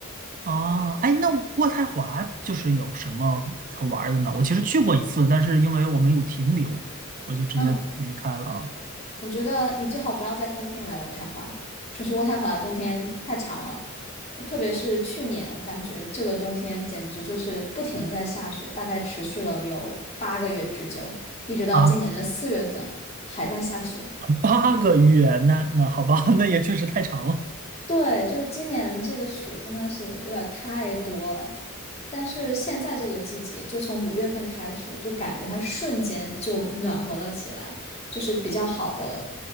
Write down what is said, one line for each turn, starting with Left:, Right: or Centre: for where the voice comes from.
Right: 哦，哎，那渥太华就是有什么可玩儿的呢？我其实去过一次，但是因为我没有停留，我就直接离开了啊。
Left: 嗯，我觉得你最好不要在冬天来渥太华，就是渥太华的冬天太长了，我特别是去年，我感觉这个冬天简直就是不停的在下雪，大概持续了有八个月之久，一直到今年的四月份还在下雪。
Right: 啊，八个月，那那好吧，<laughs> 那也确实太长了
Left: 对，就今年这个雪真的是有点儿太多了，但是现在这个季节，就从五月份开始，就感觉它瞬间就暖和了起来，就是比较好的